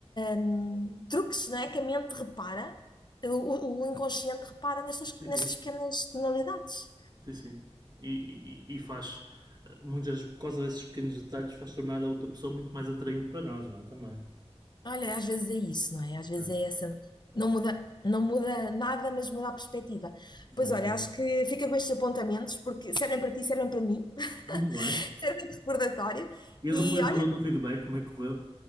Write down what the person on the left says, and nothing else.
hum, truques, não é? Que a mente repara, o, o- o inconsciente repara nestas,
nestas
pequenas tonalidades.
Olha, às vezes é isso, não é? Às vezes
é essa. Não muda, não muda nada, mas muda a perspectiva.
Pois
olha, acho que fica com estes apontamentos, porque servem para ti, servem para mim, <laughs>
servem de recordatório.
E
olha,